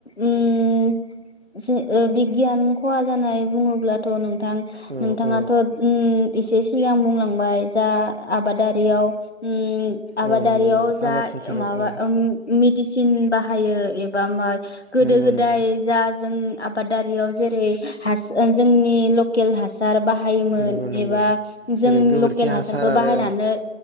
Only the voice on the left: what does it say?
ओम जे ओ बिगियान खहा जानाय बुङोब्लाथ' नों थां
नोंथाङाथ'
ओम एसे सिगां बुंलांबाय जा आबादारियाव ओम आबादारियाव
जा
माबा
ओ मेदिसिन बाहायो एब बा मा गोदो
गोदाय
जा जों आबादारियाव जेरै हास जोंनि लकेल हासार बा बाहायोमोन
एबा
जों
लकेल हासारखौ
बाहायनानै